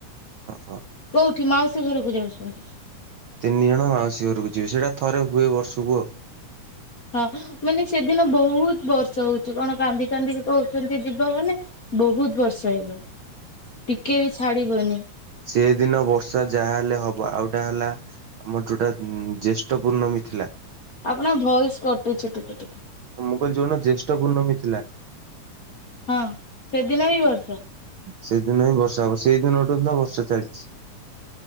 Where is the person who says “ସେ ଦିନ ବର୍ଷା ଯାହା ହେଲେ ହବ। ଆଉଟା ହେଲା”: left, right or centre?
Right